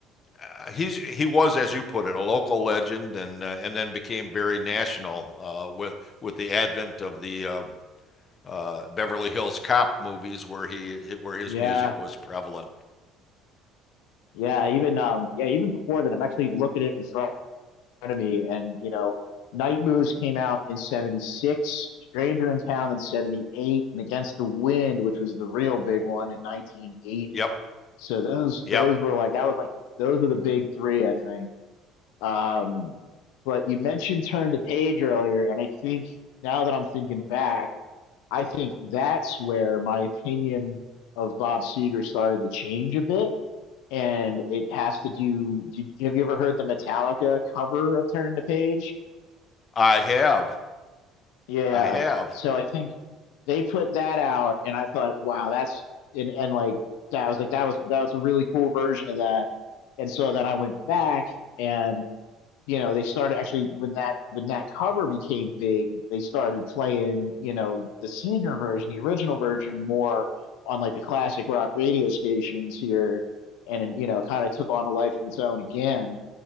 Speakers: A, on the left; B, on the left.
A: uh, he's he was, as you put it, a local legend, and uh, and then became very national uh, with with the advent of the uh, uh, Beverly Hills Cop movies, where he where his
B: Yeah.
A: music was prevalent.
B: Yeah. Even um yeah even before that, I'm actually looking at it in front. front of me. And, you know, Night Moves came out in 76, Stranger in Town in 78, and Against the Wind, which was the real big one in 1980.
A: Yep,
B: So those
A: yep.
B: those were like that was like those were the big three, I think. Um, but you mentioned Turn the Page earlier, and I think now that I'm thinking back, I think that's where my opinion of Bob Seger started to change a bit. And it has to do, did, have you ever heard the Metallica cover of Turn the Page?
A: I have,
B: Yeah.
A: I have.
B: So I think they put that out and I thought, wow, that's and and like that I was like that was that was a really cool version of that. And so then I went back and you know they started actually when that when that cover became big they started playing you know the senior version the original version more on like the classic rock radio stations here and then, you know kind of took on a life of its own again